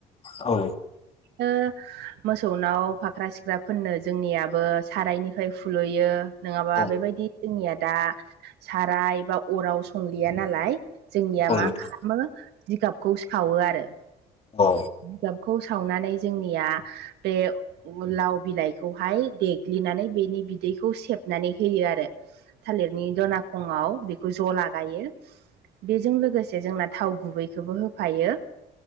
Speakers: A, on the left; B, on the right.
A: औ
B: ओ मोसौनाव फाख्रा-सिख्राफोरोननो जोंनियाबो सारायनिफ्राय फुलुयो। नङाबा
A: औ
B: बेबायदि जोंनिया दा साराय एबा अराव संलिया नालाय जोंनिया
A: औ
B: मा
A: नोंथां
B: खालामो जिगाबखौ सावो आरो
A: औ
B: जिगाबखौ सावनानै जोंनिया बे लाव बिलाइखौहाय देग्लिनानै बेनि बिदैखौ सेबनानै होयो आरो थालिरनि दनााखङआव बेखौ ज' लागायो। बेजों लोगोसे जोंना थाव गुबैखौबो होफायो।